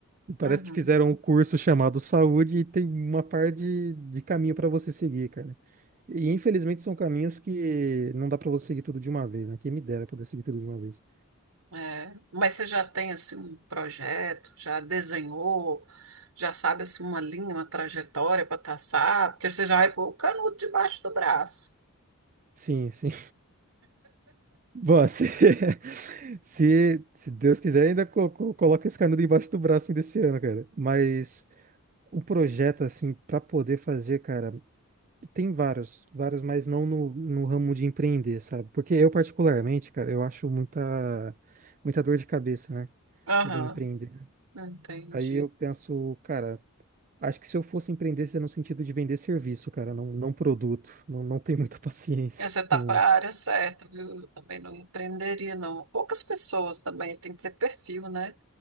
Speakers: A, on the right; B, on the right.
A: Parece
B: uhum.
A: que fizeram um curso chamado Saúde e tem uma par de, de caminho para você seguir, cara. E infelizmente são caminhos que não dá para você seguir tudo de uma vez, né? Quem me dera poder seguir tudo de uma vez.
B: É, mas você já tem assim um projeto, já desenhou, já sabe assim uma linha, uma trajetória para traçar, porque você já vai pôr o canudo debaixo do braço.
A: Sim, sim. Bom, se, <laughs> se, se Deus quiser, ainda co- co- coloca esse canudo embaixo do braço ainda esse ano, cara. Mas um projeto assim para poder fazer, cara. Tem vários, vários, mas não no, no ramo de empreender, sabe? Porque eu, particularmente, cara, eu acho muita, muita dor de cabeça, né?
B: Aham,
A: Poder empreender.
B: entendi.
A: Aí eu penso, cara, acho que se eu fosse empreender, seria no sentido de vender serviço, cara, não, não produto. Não, não tenho muita <laughs> paciência
B: E você está
A: com.
B: para a área certa, viu? Eu também não empreenderia, não. Poucas pessoas também tem que ter perfil, né?